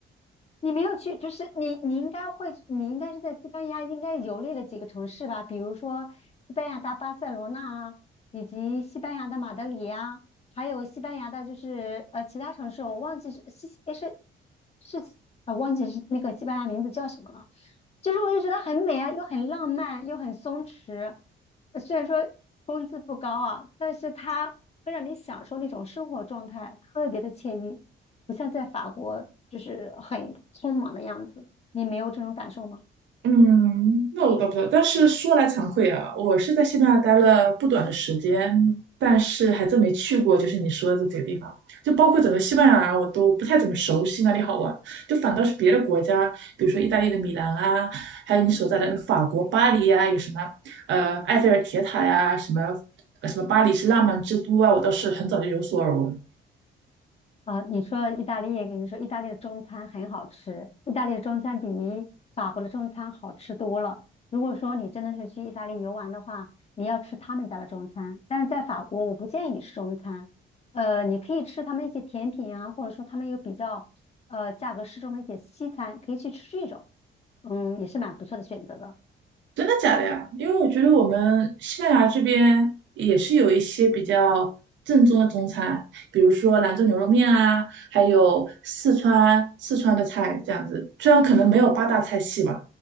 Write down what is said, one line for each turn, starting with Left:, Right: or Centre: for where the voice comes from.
Left: 你没有去，就是你你应该会，你应该是在西班牙应该游历了几个城市吧，比如说西班牙的巴塞罗那啊，以及西班牙的马德里呀、还有西班牙的就是呃其他城市，我忘记是西诶是是呃忘记是那个西班牙名字叫什么了，就是我就觉得很美啊，又很浪漫，又很松弛，呃虽然说工资不高啊，但是它会让你享受那种生活状态，特别的惬意。不像在法国就是很匆忙的样子。你没有这种感受吗？
Right: 嗯，那我倒不知道。但是说来惭愧啊，我是在西班牙待了不短的时间，但是还真没去过，就是你说的这几个地方，就包括整个西班牙啊，我都不太怎么熟悉哪里好玩。就反倒是别的国家，比如说意大利的米兰啊，还有你所在的那个法国巴黎呀、有什么呃埃菲尔铁塔呀、什么呃什么巴黎是浪漫之都啊，我倒是很早就有所耳闻。
Left: 啊，你说意大利，跟你说意大利的中餐很好吃，意大利的中餐比法国的中餐好吃多了。如果说你真的是去意大利游玩的话，你要吃他们家的中餐，但是在法国我不建议你吃中餐，呃，你可以吃他们一些甜品啊，或者说他们有比较呃价格适中的一些西餐，可以去吃这种，嗯，也是蛮不错的选择的。
Right: 真的假的呀？因为我觉得我们西班牙这边也是有一些比较正宗的中餐，比如说兰州牛肉面啊，还有四川四川的菜这样子。虽然可能没有八大菜系吧，